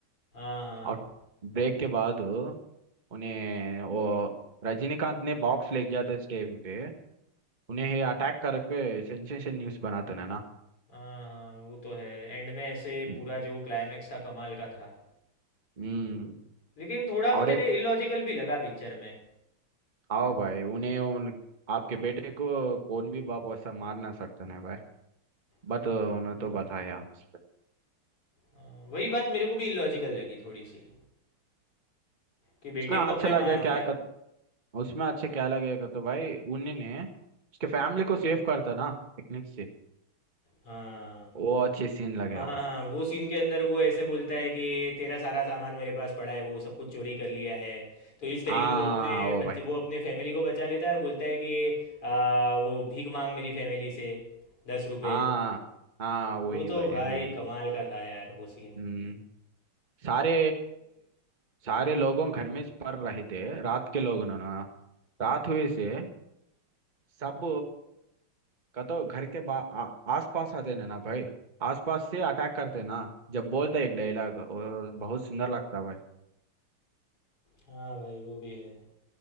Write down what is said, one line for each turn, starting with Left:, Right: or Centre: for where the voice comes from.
Left: हाँ हाँ
Right: और ब्रेक के बाद उन्हें वो रजनीकांत ने बॉक्स ले गया था इस टाइम पे उन्हें अटैक करके सेंसेशन न्यूज बनाते ना ना
Left: हाँ हाँ वो तो है एंड में ऐसे
Right: हम्म
Left: पूरा जो क्लाइमैक्स था कमाल का था
Right: हम्म,
Left: लेकिन थोड़ा
Right: और
Left: मुझे
Right: एक
Left: इलॉजिकल भी लगा पिक्चर में
Right: आओ भाई उन्हें उन आपके बेटे को कौन भी बाप वैसा मार ना सकते हैं भाई
Left: हाँ,
Right: बट उन्हें तो बताया उसपे
Left: हाँ, वही बात मेरे को भी इलॉजिकल लगी थोड़ी सी कि बेटे
Right: उसमें
Left: को
Right: अच्छा
Left: अपने
Right: लगे
Left: मार
Right: क्या
Left: दिया
Right: कर उसमें अच्छे क्या लगेगा तो भाई उन्होंने उसके फैमिली को सेव करता ना टेक्निक से
Left: हाँ
Right: वो अच्छे सीन लगे
Left: हाँ
Right: भाई
Left: हाँ वो सीन के अंदर वो ऐसे बोलता है कि तेरा सारा सामान मेरे पास पड़ा है वो सब कुछ चोरी कर लिया है तो इस तरीके
Right: हाँ
Left: से वो अपने
Right: वो भाई
Left: बच्चे वो अपने फैमिली को बचा लेता है और बोलता है कि आ, वो भीख मांग मेरी फैमिली से दस रुपए
Right: हाँ हाँ वही
Left: वो तो
Right: भाई
Left: भाई
Right: वही
Left: कमाल का था यार वो सीन
Right: हम्म सारे सारे लोगों घर में पड़ रहे थे रात के लोगों ने ना रात हुए से सब का तो घर के बा आ, आस पास आते ना ना भाई आस पास से अटैक करते ना जब बोलता है एक डायलॉग और बहुत सुंदर लगता है भाई
Left: हाँ भाई वो भी है